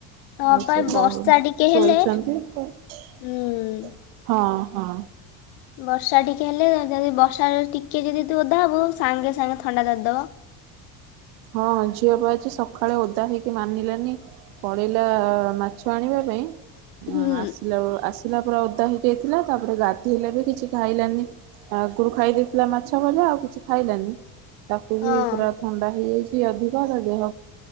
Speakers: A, on the left (about 70°); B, on the right (about 75°).
A: ହଁ
B: ଆଉ
A: ପା
B: ସେ କହୁ
A: ବର୍ଷା ଟିକେ
B: ଶୋଇଛନ୍ତି
A: ହେଲେ
B: କଣ।
A: ଉଁ
B: ହଁ ହଁ।
A: ବର୍ଷା ଟିକେ ହେଲେ ଯଦି ବର୍ଷା ରେ ଟିକେ ଯଦି ତୁ ଓଦା ହବୁ ସାଙ୍ଗେ ସାଙ୍ଗେ ଥଣ୍ଡା ଧରିଦବ।
B: ହଁଁ ଝିଅ ବା ଆଜି ସକାଳେ ଓଦା ହେଇକି ମାନିଲା ନି ପଳେଇଲା ମାଛ ଆଣିବା ପାଇଁ
A: ହୁଁ
B: ଆସିଲା ବଳ ଆସ୍ ଥିଲା ପୁରା ଓଦା ହେଇଯାଇଥିଲା ତାପରେ ଗାଧଇଲା ବି କିଛି ଖାଇଲାନି ଆଗରୁ ଖାଇ ପଥିଲା ମାଛ ଭଜା ଆଉ କିଛି ଖାଇଲାନି ତାକୁ
A: ହଁ
B: ବି ପୁରା ଥଣ୍ଡା ହେଇଯାଇଛି ଅଧିକ ତା ଦେହ